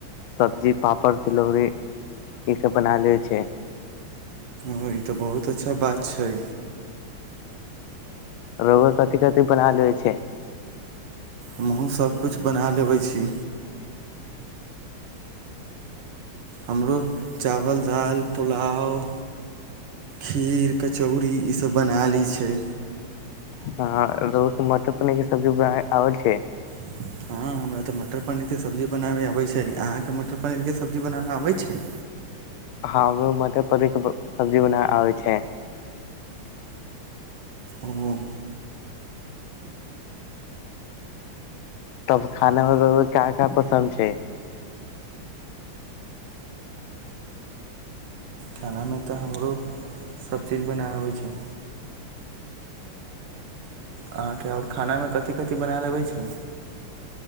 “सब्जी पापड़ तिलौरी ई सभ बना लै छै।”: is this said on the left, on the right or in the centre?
Left